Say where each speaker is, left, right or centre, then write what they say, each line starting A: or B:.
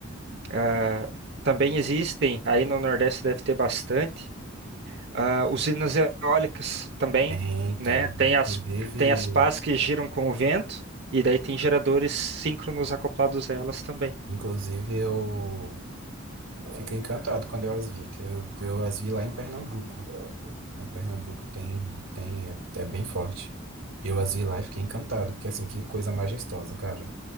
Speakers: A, on the right; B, on the right.
A: Ah, também existem, aí no Nordeste deve ter bastante, ah, usinas eólicas também,
B: Tem,
A: né,
B: tem.
A: tem
B: Inclusive,
A: as, tem as
B: eu,
A: pás que giram com o vento, e daí tem geradores síncronos acoplados a elas também.
B: inclusive, eu fiquei encantado quando eu as vi, que eu, eu as vi lá em Pernambuco. Lá em Pernambuco tem, tem, é, é bem forte. Eu as vi lá e fiquei encantado, porque assim, que coisa majestosa, cara.